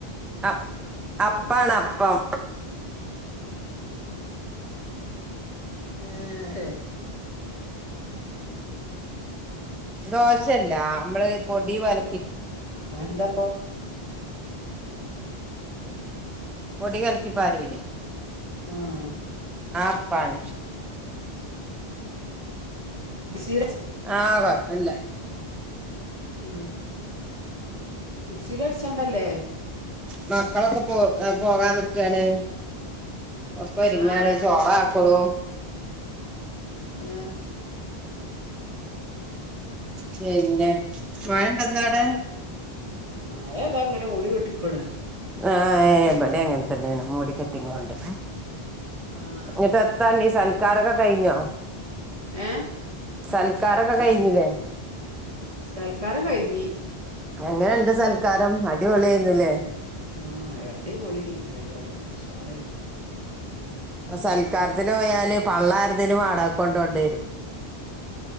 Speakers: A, in the centre; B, on the right.
A: അ അപ്പാണ് അപ്പം
B: ഉ ശെ
A: ദോശല്ലമ്മള് പൊടി വല
B: ആ എന്താപ്പൊ
A: പൊടി കൽക്കി പാരുലെ
B: ആഹ
A: ആ പ്പാണ്
B: സീരെ
A: ആഹ് കൊഴ്പ്പല്ല
B: ഉ മിക്സിലടിച്ചാണ്ടല്ലേ
A: മക്കളൊക്കെ പോ പോകാനിക്കാണ് ഒക്കരിങ്ങാൻ
B: ആ
A: സോറാക്കണു
B: ആ
A: പിന്നെ മയോണ്ടാന്നാടെ?
B: മഴതാങ്ങനെ ഓടികെട്ടിക്കണ്
A: ആഹടെ അങ്ങനെ തന്നെയാണ് മൂടിക്കെട്ടിങ്ങ കൊണ്ട്
B: ആഹ്
A: ഇങ്ങിട്ട എത്താണ്ണി സൽക്കാരൊക്കെ കഴിഞ്ഞോ
B: ഏ
A: സൽക്കാരൊക്കെ കഴിഞ്ഞില്ലേ
B: സൽക്കാരം കഴിഞ്ഞി
A: എങ്ങനെയുണ്ട് സൽക്കാരം അടിപൊളി ആയിരുന്നുലെ
B: ആഹ അട പൊളിയ നീ പരിപാടിയൊക്കെ സാറേ
A: ഇപ്പൊ സൽക്കാരത്തിന് പോയാല് പള്ളാരരുന്നിലും ആടാക്കൊണ്ട കൊണ്ട വരും